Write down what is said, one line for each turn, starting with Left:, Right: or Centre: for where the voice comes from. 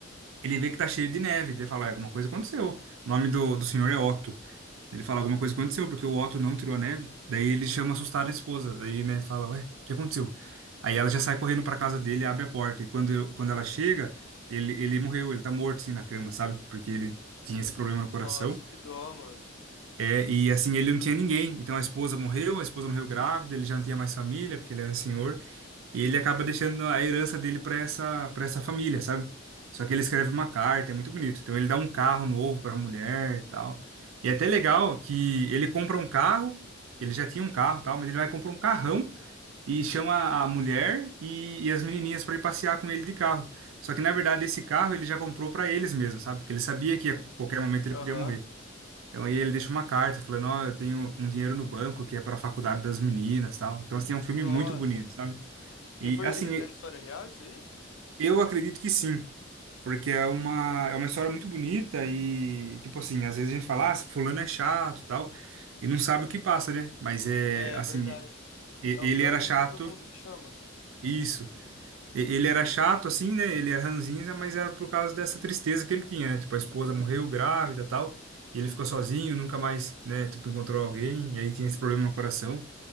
Right: ele vê que tá cheio de neve. Ele fala, "Ah, alguma coisa aconteceu. O nome do, do senhor é Otto. Ele fala, alguma coisa aconteceu, porque o Otto não tirou a neve. Daí ele chama assustado a esposa. Daí, né, fala, ué, o que aconteceu? Aí ela já sai correndo pra casa dele, abre a porta. E quando, eu- quando ela chega, ele, ele morreu, ele tá morto, assim, na cama, sabe? Porque ele tinha esse problema no coração.
Left: Nossa, que dó, mano.
Right: É, e, assim, ele não tinha ninguém. Então a esposa morreu, a esposa morreu grávida, ele já não tinha mais família, porque ele era senhor. E ele acaba deixando a herança dele para essa, para essa família, sabe? Só que ele escreve uma carta, é muito bonito. Então ele dá um carro novo para a mulher e tal. E é até legal que ele compra um carro, ele já tinha um carro e tal, mas ele vai comprar um carrão e chama a mulher e, e as menininhas para ir passear com ele de carro. Só que na verdade esse carro ele já comprou para eles mesmos, sabe? Porque ele sabia que a qualquer momento ele
Left: Aham.
Right: podia morrer. Então aí ele deixa uma carta falando, ó, eu tenho um dinheiro no banco que é para a faculdade das meninas, e tal. Então assim, é um filme
Left: Nossa.
Right: muito bonito, sabe?
Left: E
Right: E
Left: foi.
Right: assim,
Left: É história real isso aí?
Right: eu acredito que sim, porque é uma, é uma história muito bonita e, tipo assim, às vezes a gente fala, ah, esse fulano é chato, e tal, e não sabe o que passa, né? Mas é,
Left: É
Right: assim,
Left: verdade.
Right: e-
Left: É o
Right: ele
Left: pior
Right: era
Left: vizinho
Right: chato,
Left: do mundo que chama?
Right: isso. E- Ele era chato, assim, né? Ele era ranzinza, mas era por causa dessa tristeza que ele tinha, né? Tipo, a esposa morreu grávida, e tal, e ele ficou sozinho, nunca mais, né, tipo, encontrou alguém, e aí tinha esse problema no coração.